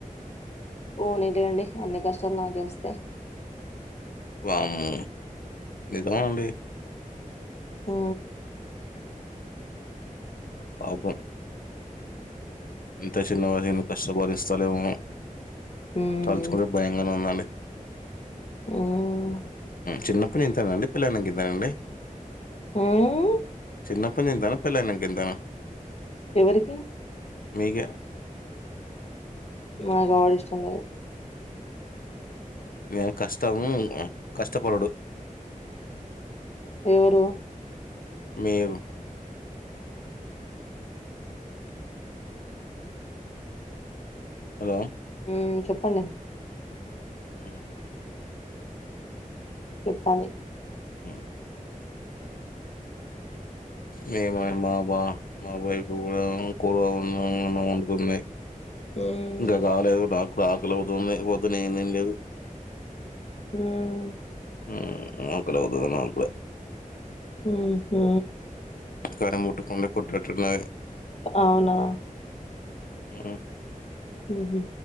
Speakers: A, on the left (about 50°); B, on the left (about 85°).
A: పోనీ లే అండి అన్ని కష్టాలు నాకే వస్తాయి
B: వామ్మో నిజమా అండి
A: ఆ
B: పాపం ఇంత చిన్న వయసులో ఎన్ని కష్టాలుస్తాలేమో
A: ఉమ్
B: తలుచుకుం భయంగానే ఉందండి
A: ఉమ్
B: చిన్నప్ప ఇంతేనా అండి పెళ్లఅయినంక ఇంతేనా అండి
A: హ్మ్
B: చిన్నప్పటి ఇంతేనా పెళ్ళనంక ఇంతేనా
A: ఎవరికి
B: మీకే
A: మాకు ఆవిడ ఇష్టం లేదు.
B: మేము కష్టం కష్టపడుడు
A: ఎవరు
B: మీరు హలో
A: హ్మ్ చెప్పండి
B: హ్మ్
A: చెప్పాలి
B: హ్మ్. మేము మా బా మాబైపు కూడా కూర ఉ <unintelligible> ఉంటుంది
A: హ్మ్
B: ఇంకా కాలేదు నాక్కూడా ఆక్ లవుతుంది పొద్దునేం తిన్లేదు.
A: హ్మ్
B: హ్మ్ ఆకలవుతాది నాగ్గుడా
A: హ్మ్ హు
B: కారం ముట్టుకు కొట్టట్టున్నారె
A: అవునా
B: హ్మ్
A: హ్మ్ హు